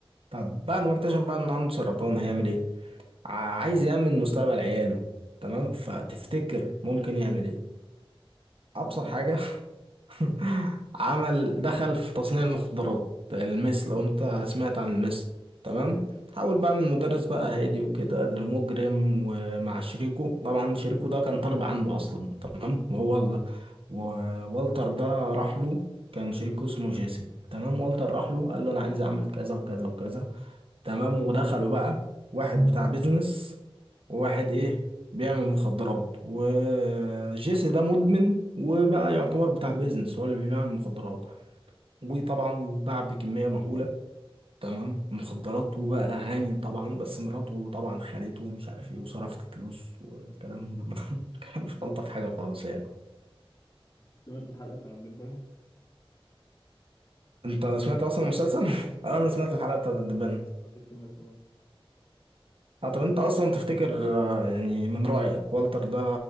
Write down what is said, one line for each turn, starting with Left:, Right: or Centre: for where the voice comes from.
Right: طب بعد ما اكتشف بقى إن عنده سرطان هيعمل إيه ع- عايز يأمن مستقبل عياله تمام فتفتكر ممكن يعمل ايه ابسط
Left: هبل.
Right: حاجة <laughs> عمل دخل في تصنيع المخدرات المس لو انت سمعت عن المس تمام
Left: أيوة.
Right: حاول بقى من مدرس بقى هادي وكده لمجرم ومع شريكه طبعا شريكه ده كان طالب عنده اصلا تمام وهو ال... ووالتر ده راح له كان شريكه اسمه جيسي تمام والتر راح له قال له انا عايز اعمل كذا وكذا وكذا تمام ودخلوا بقى واحد بتاع بيزنس وواحد ايه بيعمل مخدرات وجيسي ده مدمن وبقى يعتبر بتاع بيزنس هو اللي بيبيع المخدرات وطبعا باع بكمية مهولة تمام مخدرات وبقى غني طبعا بس مراته طبعا خانته ومش عارف ايه وصرفت الفلوس والكلام <laughs> كان مش الطف حاجة خالص يعني
Left: سمعت الحلقه بتاع الدبانه
Right: انت سمعت اصلا المسلسل؟ <laughs> اه انا
Left: هي
Right: سمعت الحلقة بتاعت الدبان
Left: قصدك سمعت
Right: اه طب انت اصلا تفتكر آه، يعني من رأيك والتر ده